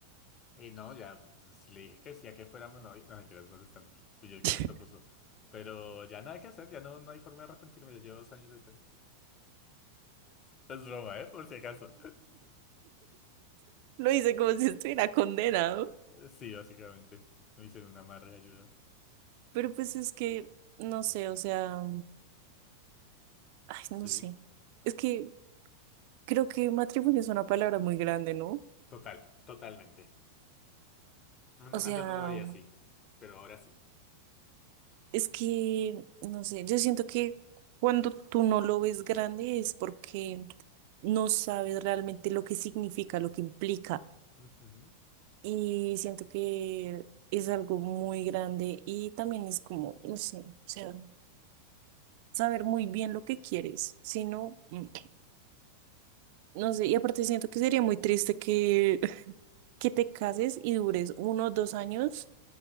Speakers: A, on the left; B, on the right.
A: Eh, no, ya, pues, si le dije que sí a que fuéramos novios. No, mentiras, molestando. Fui yo el que
B: <laughs>
A: le propuso. Pero ya nada que hacer, ya no, no hay forma de arrepentirme. Ya llevo dos años acá. Es broma, ¿eh? Por si acaso. <laughs>
B: Lo hice como si estuviera condenado.
A: Sí, básicamente. Me hicieron una amarre de ayuda.
B: Pero pues es que, no sé, o sea, ay,
A: Sí,
B: no sé. Es que creo que matrimonio es una palabra muy grande, ¿no?
A: total, totalmente. No, no,
B: O sea,
A: antes no lo veía así, pero ahora sí.
B: es que, no sé, yo siento que cuando tú no lo ves grande es porque no sabes realmente lo que significa, lo que implica.
A: Ujú.
B: y siento que es algo muy grande y también es como, no sé, o sea, saber muy bien lo que quieres, si no, mm, no sé, y aparte siento que sería muy triste que, <laughs> que te cases y dures uno o dos años